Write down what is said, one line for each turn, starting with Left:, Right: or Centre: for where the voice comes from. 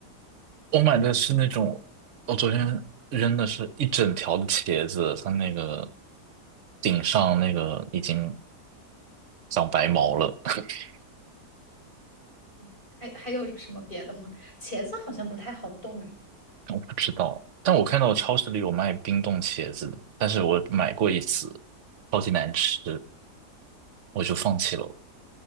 Right: 我买的是那种，我昨天扔的是一整条的茄子，它那个顶上那个已经长白毛了，<laughs>
Left: <laughs> 还还有什么别的吗？茄子好像不太好冻哎，
Right: 我不知道。但我看到超市里有卖冰冻茄子的但是我买过一次，超级难吃，我就放弃了。